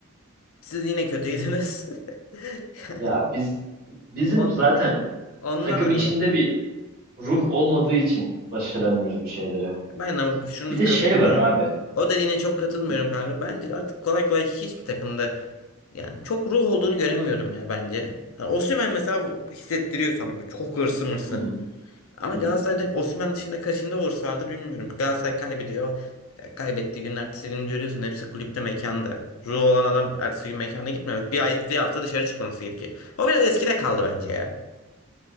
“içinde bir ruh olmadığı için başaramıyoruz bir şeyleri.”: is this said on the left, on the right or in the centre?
Right